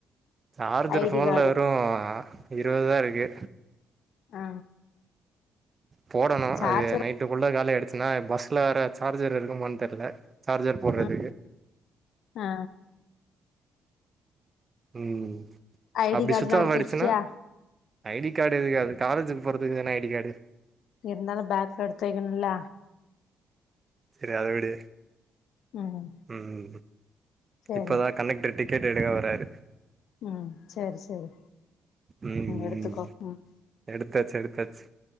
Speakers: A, on the right (about 35°); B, on the left (about 70°).
A: சார்ஜர்
B: ஐடி
A: ஃபோன்ல
B: கார்டு
A: வெறு இருவதுதா இருக்கு
B: ஆ
A: போடணு
B: சார்ஜர்
A: அது நைட்டுக்குள்ள காலி ஆயிடுச்சுனா பஸ்ல வேற சார்ஜர் இருக்குமான் தெர்ல சார்ஜர் போடுறதுக்கு
B: ஆ ஆ
A: ம்
B: ஐடி
A: அப்படி
B: கார்டுலா
A: சுச்ஆஃப்
B: எடுத்து
A: ஆயிடுச்சினா
B: வச்சிட்டியா
A: ஐடி கார்டு எதுக்காது காலேஜுக்கு போறதுக்கு தானே ஐடி கார்டு
B: இருந்தாலும் பேக்ல எடுத்து வைக்கணும்ல
A: சரி அதவிடு
B: ம்
A: ம்
B: சரி
A: இப்பதான் கனக்ட் கேட்டு எடுக்க வராறரு
B: ம் சரி சரி
A: ம்
B: எடுத்துக்கோ
A: ம் எடு
B: ம்
A: எடுத்தாச்சு எடுத்தாச்சு